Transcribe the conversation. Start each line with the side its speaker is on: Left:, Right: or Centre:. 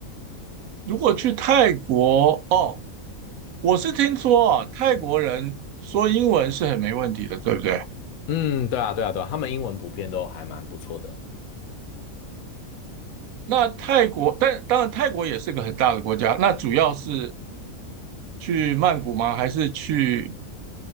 Right: 如果去泰国，哦，我是听说啊，泰国人说英文是很没问题的，对不对？
Left: 嗯，对啊，对啊，对啊，他们英文普遍都还蛮不错的。
Right: 那泰国，但当然泰国也是个很大的国家，那主要是去曼谷吗？还是去